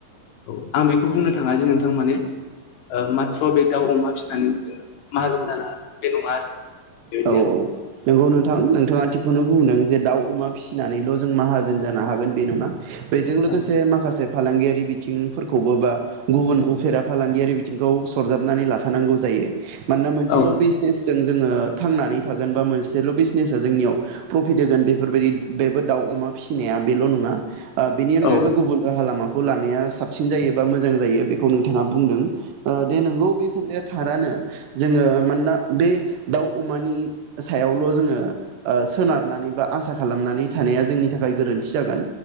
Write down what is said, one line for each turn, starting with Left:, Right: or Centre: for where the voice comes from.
Left: औ आं बेखौ बुंनो थाङा जे नोंथां माने ओ माथ्र बे दाउ अमा फिसिनानै जोङो माहाजोन जानो बे नङा आरो। बेबायदि
Right: औ औ नंगौ नोंथां
Left: आरो
Right: नोंथाङा थि बेखौनो बुंदों जे दाउ अमा फिसिनानैल' जों माहाजोन जानो हागोन बे नङा। बेजों लोगोसे
Left: औ
Right: माखासे फालांगियारि बिथिंफोरखौबो बा गुबुन उफेरा फालांगियारि बिथिंखौ सरजाबनानै लाफानांगौ जायो। मानोना मोनसेल'
Left: औ
Right: बिजनेसजों जोङो थांनानै थागोन बा मोनसेल' बिजनेसा जोंनियाव प्रफिट होगोन बेफोरबायदि बेबो दाउ अमा फिसिनाया बेल' नङा। ओ बेनि अनगायैबो
Left: औ
Right: गुबुन राहा लामाखौ लानाया साबसिन जायो बा मोजां जायो बेखौ नोंथाङा बुंदों। ओ दे नोंगौ बे खोथाया थारानो जोङो मानोना बे दाउ अमानि सायावल' जोङो ओ सोनारनानै बा आसा खालामनानै थानाया जोंनि थाखाय गोरोन थि जागोन